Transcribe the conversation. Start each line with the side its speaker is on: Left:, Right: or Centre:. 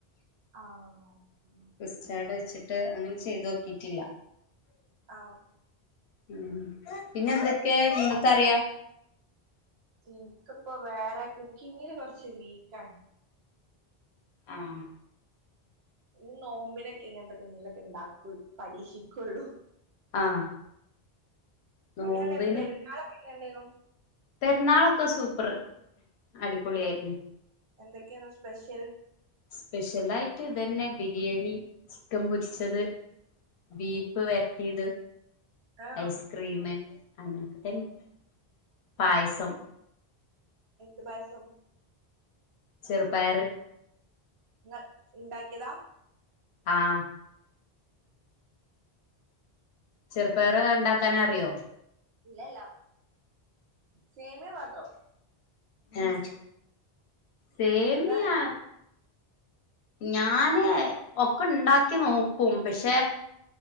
Right: ആഹ് ഓക്കെ
Left: കസ്റ്റാട് വെച്ചിട്ട് അങ്ങനെ ചെയ്തോക്കീറ്റില്ല
Right: ആഹ്
Left: ഉം പിന്നെന്തൊക്കെ നിങ്ങക്കറിയാം
Right: ഇൻക്കിപ്പൊ വേറെ കുക്കിങ്ങില് കൊറച്ച് വീക്കാണ്
Left: ആഹ്
Right: ഇനി നോമ്പിനൊക്കെ ഇങ്ങൻത്തൊക്കെ എന്തേലൊക്കെണ്ടാക്കൊളൂ പരീക്ഷിക്കുള്ളു
Left: ആഹ് നോമ്പിന്
Right: എങ്ങനെണ്ടെയ്ന്നു പെരുന്നാളൊക്കെ എങ്ങനെണ്ടെയ്ന്നു?
Left: പെരുന്നാളൊക്കെ സൂപ്പർ അടിപൊളിയായിരുന്നു
Right: എ എന്തൊക്കെയാണ് സ്പെഷ്യൽ?
Left: സ്പെഷ്യലായിറ്റ് ഇതന്നെ ബിരിയാണി ചിക്കംപൊരിച്ചത് ബീഫ് വരട്ടിയത്
Right: ആഹ്
Left: ഐസ്ക്രീം അങ്ങനൊക്കതന്നെ പായസം
Right: എന്ത് പായസം?
Left: ചെറുപയറ്
Right: ങ്ങ ഇണ്ടാക്കിയേതാ?
Left: ആഹ് ചെറുപയറ് ഇണ്ടാക്കാനറ്‌യോ?
Right: ഇല്ലേല്ല സേമിയ മാത്രം
Left: ഏഹ് സേമിയാ
Right: ചെറുപയർ
Left: ഞാന് ഒക്കെണ്ടാക്കി നോക്കും പക്ഷെ